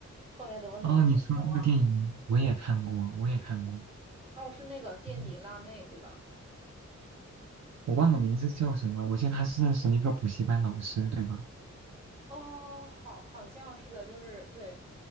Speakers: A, on the right (about 20°); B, on the right (about 65°).
A: 后面怎么努力我全忘了。
B: 哦，你说那个电影我也看过，我也看过。
A: 哦，是那个垫底辣妹对吧？
B: 嗯我忘了名字叫什么，我记得他是认识了一个补习班老师，对吧？
A: 哦，好，好像是的，就是对，